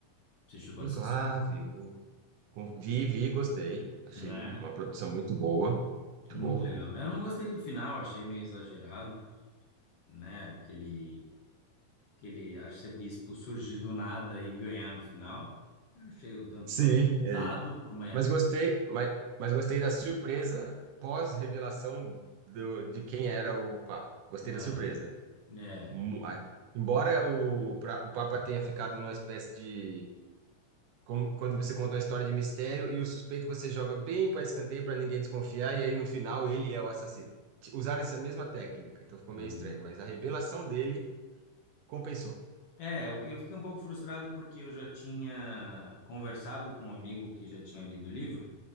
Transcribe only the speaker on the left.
Você chegou
a assistir?
É.
Muito
legal, né? Eu não gostei do final, achei meio exagerado, né? Aquele, aquele arcebispo surgir do nada e ganhar no final. Eu achei um tanto
quanto usado
por uma.
ah,
né?
ah.
É, eu, eu fiquei um pouco frustrado porque eu já tinha conversado com um amigo que já tinha lido o livro